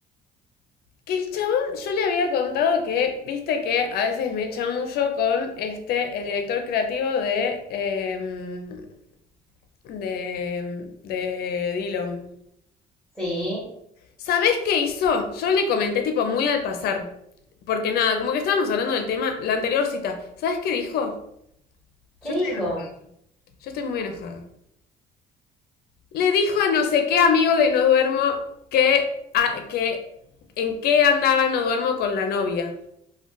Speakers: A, on the left; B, in the centre.
A: que el chabón, yo le había contado que, viste que a veces me chamuyo con este, el director creativo de, eh, de, de Dillon.
B: Sí.
A: ¿Sabés qué hizo? Yo le comenté tipo muy al pasar. Porque nada, como que estábamos hablando del tema, la anterior cita. ¿Sabés qué dijo?
B: ¿Qué
A: Yo estoy
B: dijo?
A: enojada. Yo estoy muy enojada. Le dijo a no sé qué amigo de No Duermo que, a- que en qué andaba No Duermo con la novia.